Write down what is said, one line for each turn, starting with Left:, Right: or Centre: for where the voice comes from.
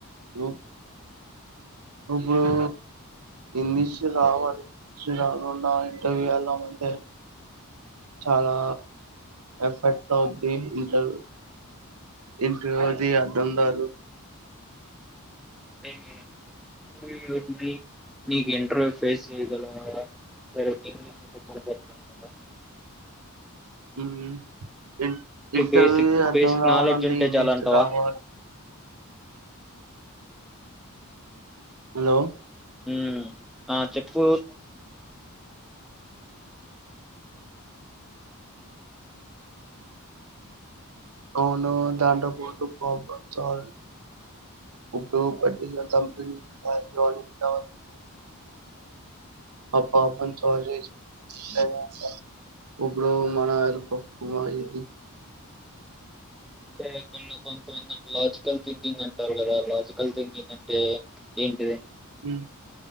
Right: ఓక్ ఉప్పుడు ఇంగ్లీష్ రావాలి. రాకుండా ఇంటర్వ్యూ అలా అంటే చాలా ఎఫెక్ట్ అవుది. ఇంటర్వ్ ఇంటర్వ్యూ అది అద్ధంరాదు
Centre: ఏందిరా ఇంటర్వ్యూ ఉంది. మీకు ఇంటర్వ్యూ ఫేస్ చెయగలా directing <inaudible>
Right: huh in interview
Centre: basic
Right: అర్థం
Centre: బేసిక్
Right: కావాలంటే
Centre: నాలెడ్జ్ ఉంటే
Right: ఇన్విస్ట్
Centre: చాలంటావా
Right: రావాలి. హలో
Centre: ఉహ్ ఆ చెప్పు
Right: అవును దంట్లోపోటు ప్రాబ్లెమ్ సాల్వ్ <inaudible> ఉప్పుడు పట్టిలా తాపీనీ పై గానీ <inaudible> ఆ పాపన్ సాల్ఫ్ జేసి అంతేగాని ఇప్పుడు మన పప్పుమా ఇది గిప్
Centre: అంటే కొంన్ కొంతమంది లాజికల్ థింకింగ్ అంటారు కదా. లాజికల్ థింకింగ్ అంటే ఏంటిది?
Right: హు